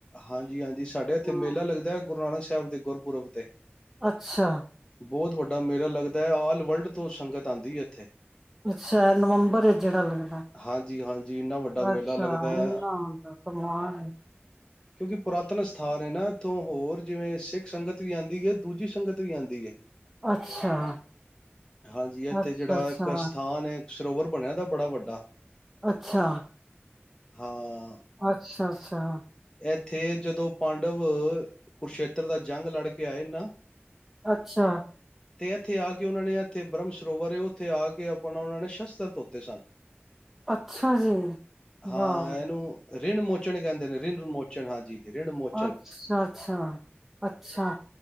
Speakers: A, on the left; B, in the centre.
A: ਹਾਂਜੀ-ਹਾਂਜੀ। ਜੀ, ਸਾਡੇ ਇੱਥੇ
B: ਹਾਂ
A: ਮੇਲਾ ਲੱਗਦਾ ਹੈ ਗੁਰੂ ਨਾਨਕ ਇਂਦੇ ਗੁਰਪੁਰਬ ਤੇ।
B: ਅੱਛਾ।
A: ਬਹੁਤ ਵੱਡਾ ਮੇਰਾ ਲੱਗਦਾ ਹੈ, ਆਲ ਵਰਲਡ ਤੋਂ ਸੰਗਤ ਆਉਂਦੀ ਹੇ ਇੱਥੇ।
B: ਅੱਛਾ, ਨਵੰਬਰ ਇਚ ਜਿਹੜਾ ਲੱਗਦਾ
A: ਹਾਂਜੀ, ਹਾਂਜੀ ਇੰਨਾ ਵੱਡਾ ਮੇਲਾ
B: ਅੱਛਾ,
A: ਲੱਗਦਾ ਹੈ
B: ਇਨਾ ਸਮਾਨ
A: ਕਿਉਂਕਿ ਪੁਰਾਤਨ ਸਥਾਨ ਹੈ ਨਾ। ਉੱਥੋਂ ਹੋਰ ਜਿਵੇਂ ਸਿੱਖ ਸੰਗਤ ਵੀ ਆਉਂਦੀ ਹੈ ਦੂਜੀ ਸੰਗਤ ਵੀ ਆਉਂਦੀ ਹੈ।
B: ਅੱਛਾ
A: ਹਾਂਜੀ, ਇੱਥੇ
B: ਅੱਛਾ
A: ਜਿਹੜਾ
B: ਅੱਛਾ
A: ਇੱਕ ਸਥਾਨ ਹੈ ਸਰੋਵਰ। ਬਣਿਆ ਦਾ ਬੜਾ ਵੱਡਾ।
B: ਅੱਛਾ।
A: ਹਾਂ।
B: ਅੱਛਾ-ਅੱਛਾ। ਤਾਂ
A: ਇੱਥੇ ਜਦੋਂ ਪਾਂਡਵ ਕੁਰਸ਼ੇਤਰ ਦਾ ਜੰਗ ਲੜਕੇ ਆਏ ਨਾ।
B: ਅੱਛਾ।
A: ਤੇ ਇੱਥੇ ਆ ਕੇ ਉਹਨਾਂ ਨੇ ਇੱਥੇ ਬ੍ਰਹਮ ਸਰੋਵਰੇ ਉੱਥੇ ਆ ਕੇ ਆਪਣਾ ਉਹਂਨਾ ਨੇ ਵਸਤਰ ਧੋਤੇ ਸਨ।
B: ਅੱਛਾ ਜੀ
A: ਹਾਂ
B: ਵਾਹ
A: ਇਹਨੂੰ ਰੀਣ ਮੁਚ ਕੁਛ ਨੀ ਕਹਿੰਦੇ ਨੇ। ਰਿਣ ਮੋਚਨ ਹਾਂਜੀ। ਰਿਣ ਮੋਚਨ
B: ਅੱਛਾ-ਅੱਛਾ-ਅੱਛਾ।